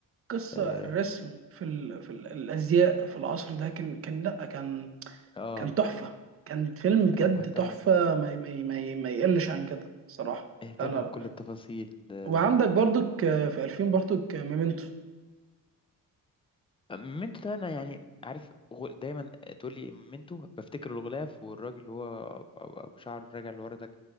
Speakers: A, on the right; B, on the left.
A: قصه
B: اه
A: الرسم في ال... في ال... الازياء في العصر ده كان كان لا كان
B: آه،
A: كان تحفه كان فيلم بجد
B: هم اهتموا
A: تحفه ما ي- ما ي- ما, ي- ما يقلش عن كده صراحه
B: اهتموا
A: لا لا لا
B: بكل التفاصيل آه،
A: وعندك برضك آه، في 2000 برضك آه، ميمنتو
B: مينتو ده انا يعني عارف غل- دايما تقول لي مينتو بفتكر الغلاف والراجل اللي هو أبو أبو شعر راجع لورا ده